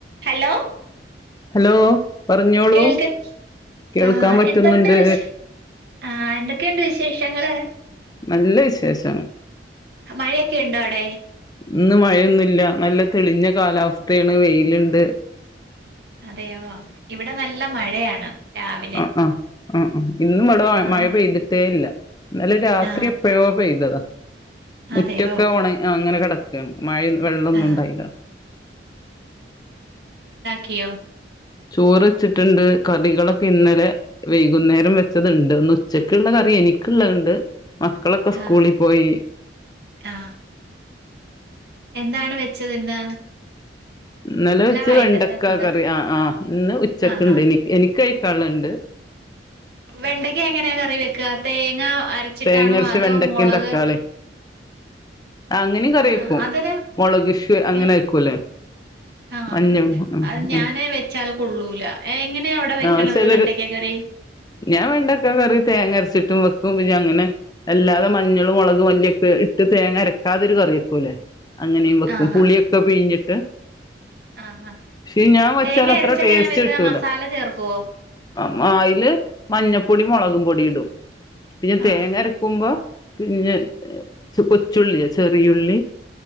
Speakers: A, on the right (about 60°); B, on the left (about 20°).
A: Hello
B: hello പറഞ്ഞോളൂ
A: കേൾക്ക്
B: കേൾക്കാൻ
A: ആഹ്
B: പറ്റുന്നുണ്ട്
A: എന്തണ്ട് വിഷ് ആ എന്തൊക്കെയുണ്ട് വിശേഷങ്ങള്
B: നല്ല വിശേഷം
A: മഴയൊക്കെ ഉണ്ടോ അവിടെ
B: ഇന്ന് മഴയൊന്നുല്ല നല്ല തെളിഞ്ഞ കാലാവസ്ഥയാണ് വെയില്ണ്ട്
A: അതെയോ ഇവിടെ നല്ലം മഴയാണ് രാവിലെ
B: ആ ആഹ് ആ ഇന്നും ഇവിടെ
A: ആഹ്
B: മഴ പെയ്തിട്ടേ ഇല്ല ഇന്നലെ രാത്രി
A: ആ
B: എപ്പോഴോ പെയ്തതാ മുറ്റൊക്കെ
A: അതെയോ
B: ഒണ ആ അങ്ങനെ കിടക്ക <unintelligible> മഴ വെള്ളമൊന്നും
A: ആ
B: ഉണ്ടായില്ല
A: ക്കിയോ
B: ചോറ് വച്ചിട്ടുണ്ട് കറികളൊക്കെ ഇന്നലെ വൈകുന്നേരം വെച്ചതുണ്ട് ഇന്ന് ഉച്ചക്കുള്ള കറി എനിക്കുള്ളതൊണ്ട് മക്കളൊക്കെ സ്കൂളിൽ
A: ആ
B: പോയി
A: ആ എന്താണ് വെച്ചത് ഇന്ന്
B: ഇന്നലെ വെച്ച
A: വൈകിട്ടത്തെ
B: വെണ്ടക്ക
A: ഫുഡ്
B: കറി ആ ആ ഇന്ന് ഉച്ചക്ക്ണ്ട്
A: ആഹാ
B: എനി എനിക്ക് നിക്ക് കഴിക്കാള്ളണ്ട്
A: വെണ്ടയ്ക്ക എങ്ങനെ കറി വെക്കുക തേങ്ങ അരച്ചിട്ടാണോ
B: തേങ്ങരച്ച
A: അതോ
B: വെണ്ടക്കയും
A: മുളക്
B: തക്കാളി അങ്ങനെയും കറി വെക്കും
A: ആ അതിന്
B: മൊളക് ഇഷു അങ്ങനെ
A: ഏ
B: വെക്കുംല്ലേ
A: ആ
B: മഞ്ഞ ഉം
A: അത് ഞാന്
B: ഉം
A: വെച്ചാല് കൊള്ളൂല എങ്ങനെയാ അവിടെ വെക്കണത്
B: ആ ചെലര്
A: വെണ്ടയ്ക്ക കറി
B: ഞാൻ വെണ്ടയ്ക്ക കറി തേങ്ങരച്ചിട്ടും വെക്ക് ക്കും അങ്ങനെ അല്ലാതെ മഞ്ഞളും മുളക് മല്ലിയൊക്കെ ഇട്ട് തേങ്ങരക്കാ ക്കാതൊരു കറി വെക്കൂല്ലേ അങ്ങനെയും വെക്കും
A: ആഹാ
B: പുളിയൊക്കെ പിഴിഞ്ഞിട്ട്
A: ആഹ് ആഹ്
B: പക്ഷേ ഞാൻ വച്ചാൽ
A: തേങ്ങ
B: അത്ര
A: അരച്ചെങ്ങനാ
B: ടേസ്റ്റ്
A: വെക്കാ
B: കിട്ടൂല
A: മസാല ചേർക്കുവോ
B: ആ അയില് മഞ്ഞപ്പൊടി മൊളകും പൊടിയും ഇ ഇടും പിന്നെ തേങ്ങ
A: ആഹ്
B: അരക്കുമ്പോ പിന്നെ കൊച്ച് ച്ചുള്ളി ചെറിയുള്ളി